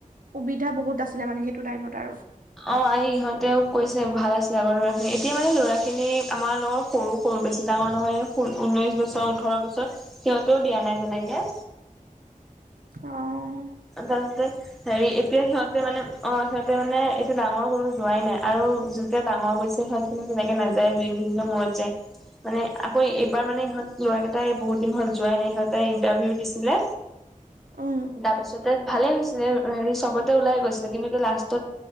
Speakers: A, on the right; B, in the centre.
A: সুবিধা বহুত আছিলে মানে সেইটো টাইমত আৰু।
B: অঁ, এই ইহঁতেও কৈছে ভাল আছিল, আগৰ লৰা খিনি এতিয়া মানে ল'ৰা খিনি আমাৰ লগৰ সৰু সৰু বেছি ডাঙৰ নহয় ঊনৈশ বছৰ, ওঠৰ বছৰ সিহঁতেও দিয়া নাই যেনেকে
A: অঁ।
B: তাৰপিছতে হেৰি এতিয়া সিহঁতে মানে অঁ, সিহঁতে মানে এইটো ডাঙৰ কোনো যোৱাই নাই আৰু যোতে ডাঙৰ গৈছে সিহঁতে তেনেকে নাযায় দুই তিনি দিনৰ মূৰত যায়। মানে আকৌ এইবাৰ মানে ইহত লৰাকেইটাই বহুত দিন হল যোৱাই নাই, সিহঁতে ইণ্টাৰভিউ দিছিলে
A: উম
B: তাৰপিছত ভালে হৈছিলে হেৰি চবতে ওলাই গৈছিলে কিন্তু লাষ্টত